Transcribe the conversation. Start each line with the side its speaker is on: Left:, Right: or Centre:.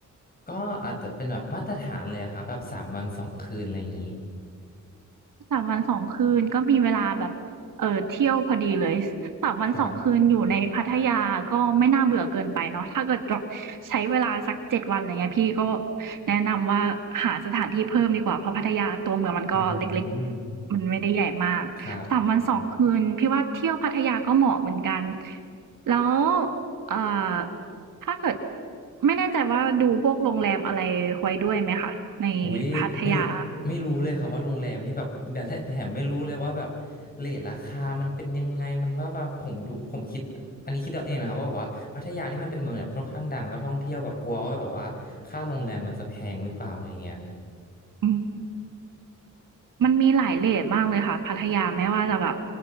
Left: ก็อาจจะเป็นแบบมาตรฐานเลยอะครับแบบสามวันสองคืนอะไรอย่างนี้
Right: 3วันสองคืนก็มีเวลาแบบเอ่อเที่ยวพอดีเลยส3วันสองคืนอยู่ในพัทยาก็ไม่น่าเบื่อเกินไปเนาะถ้าเกิดแบบใช้เวลาสัก7วันไรเงี้ยพี่ก็
Left: ครับ
Right: แนะนำว่าหาสถานที่เพิ่มดีกว่าเพราะพัทยาตัวเมืองมันก็เล็กๆมันไม่ได้ใหญ่มาก3วัน2คืนพี่ว่าเที่ยวพัทยาก็เหมาะเหมือนกัน
Left: อืมครับ
Right: แล้วเอ่อถ้าเกิดไม่แน่ใจว่าดูพวกโรงแรมอะไรไว้ด้วยไหมคะในพัทยา
Left: อุ้ยไม่ไม่รู้เลยครับว่าโรงแรมนี่แบบเนี่ยแถแถมไม่รู้เลยว่าแบบเรทราคามันเป็นยังไงมันว่าแบบผมดูผมคิดอันนี้คิดเอาเองนะครับว่าแบบว่าพัทยานี่มันเป็นเมืองแบบค่อนข้างดังแล้วก็ท่องเที่ยวแบบกลัวว่าแบบว่าค่าโรงแรมมันจะแพงหรือเปล่าอะไรเงี้ย
Right: อืม มันมีหลายเรตมากเลยค่ะพัทยาไม่ว่าจะแบบ